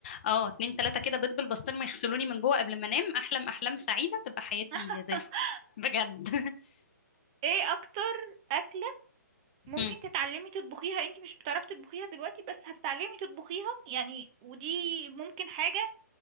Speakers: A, on the left (about 40°); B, on the right (about 25°).
A: اه اتنين تلاته كده بيض بالبسطرمه يغسلوني من جوه قبل ما انام احلم احلام سعيده تبقى حياتي
B: <laughs>
A: زي الفل بجد
B: ايه أكتر أكلة ممكن
A: <laughs>
B: تتعلمي تطبخيها انتي مش بتعرفي تطبخيها دلوقتي بس هتتعلمي تطبخيها يعني ودي ممكن حاجة